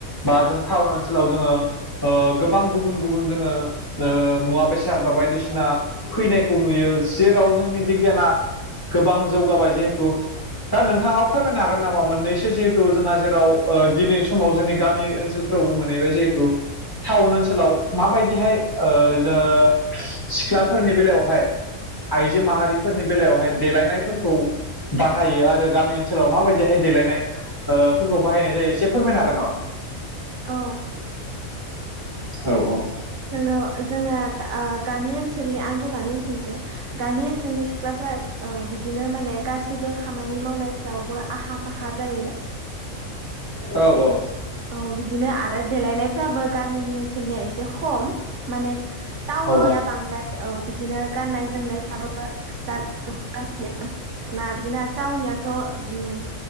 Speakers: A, on the left (about 20°); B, on the right (about 65°).
A: बा जों टाउन ओनसोलाव जोङो गोबां गुबुन गुबुन जोङो मुवा बेसाद बा बायदिसिना फैनायखौ नुयो जेराव जोंनि बिगियाना गोबां जौगाबाय जिहेथु दा नोंथाङा फोरमायनो हागोन नामा? मोननैसो जिहेथु जोंहा जेराव ओ दिनै समाव जोंनि गामि ओनसोल फोरावबो मोनहैबाय जिहेथु टाउन ओनसोलाव माबायदिहाय ओ जो सिख्लाफोरनि बेलायावहाय आइजो माहारि फोरनि बेलायावहाय देलायनायफोरखौ बाहायो। आरो गामि ओनसोलाव माबायदिहाय देलायनाय ओ फोरखौ बाहायनाय जायो एसे फोरमायनो हागोन नामा?
B: औ
A: औ औ
B: जोंनाव जोंना आ गामि ओनसोलनि आंथ' गामि ओनसोलनिसो गामि ओनसोलनि सिख्लाफ्रा औ बिदिनो माने गासैबो खामानि मावनायफ्रावबो आखा फाखा जायो।
A: औ औ
B: औ बिदिनो आरो देलायनायफ्राबो गामिनि ओनसोलनिया एस खम माने टाउननिया
A: औ
B: बांद्राय औ बिदिनो गाननाय जोमनायफ्राबो गा <unintelligible> खना बिदिनो आरो टावननियाथ' ओम